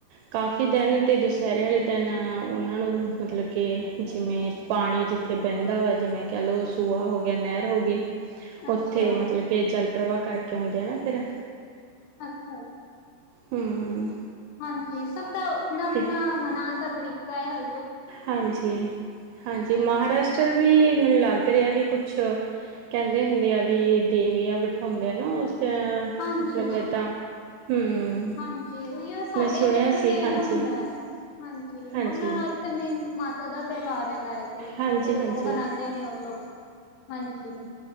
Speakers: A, on the right; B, on the left.
A: ਕਾਫੀ ਦਿਨ ਤੇ ਦੁਸਹਿਰੇ ਆਲੇ ਦਿਨ ਉਹਨਾਂ ਨੂੰ ਮਤਲਬ ਕਿ ਜਿਵੇਂ ਪਾਣੀ ਜਿੱਥੇ ਬਹਿੰਦਾ ਵਾ, ਜਿਵੇਂ ਕਹਿ ਲਉ ਸੂਆ ਹੋ ਗਿਆ, ਨਹਿਰ ਹੋ ਗਈ।
B: ਅੱਛਾ
A: ਉੱਥੇ ਮਤਲਬ ਕਿ ਜਲ ਪ੍ਰਵਾਹ ਕਰਕੇ ਆਉਂਦੇ ਆ ਨਾ ਫਿਰ।
B: ਅੱਛਾ -ਅੱਛਾ!
A: ਹਮ।
B: ਹਾਂਜੀ, ਸਭ ਕਾ ਆਪਣਾ- ਆਪਣਾ
A: ਤੇ
B: ਮਨਾਣ ਦਾ ਤਰੀਕਾ ਏ ਹਾ
A: ਹਾਂਜੀ -ਹਾਂਜੀ,
B: ਹਾਂਜੀ
A: ਮਹਾਰਾਸ਼ਟਰ ਵੀ ਮੈਨੂੰ ਲੱਗ ਰਿਹਾ ਵੀ ਕੁਛ ਕਹਿੰਦੇ ਹੁੰਦੇ ਆ ਵੀ ਦੇਵੀਆਂ ਬਿਠਾਉਂਦੇ ਆ ਨਾ ਉਸ ਤੇ
B: ਹਾਂਜੀ
A: ਮਤਲਬ ਏਦਾਂ ਹਮ
B: ਹਾਂਜੀ, ਉਹੀਓ ਸਾਡੇ
A: ਮੈਂ ਸੁਣਿਆ
B: ਇੱਥੇ
A: ਸੀ
B: ਵੀ ਇਹੀਓ
A: ਹਾਂਜੀ
B: ਹੁੰਦਾ ਹੈ। ਹਾਂਜੀ,
A: ਹਾਂਜੀ
B: ਉਹ ਨਰਾਤੇ ਮੀਨਜ ਮਾਤਾ ਦਾ ਤਿਉਹਾਰ ਏ ਏ, ਫਿਰ
A: ਹਾਂਜੀ ਹਾਂਜੀ
B: ਉਹ ਬਨਾਂਦੇ ਨੇ ਉਹ ਲੋਕ ਹਾਂਜੀ।